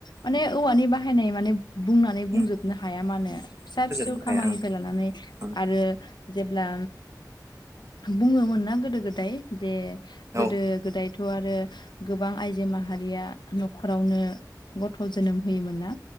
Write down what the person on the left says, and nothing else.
माने
औवानि बाहायनाय माने बुंनानै बुंजोबनो
हाया मानो
फिसा
फिसौ खामानिफ्राय
लानानै
आरो जेब्ला बुङो मोनना गोदो गोदाय जे गोदो
गोदाय थ' आरो गोबां आइजो माहारिया नखरावनो गथ' जोनोम होयोमोन ना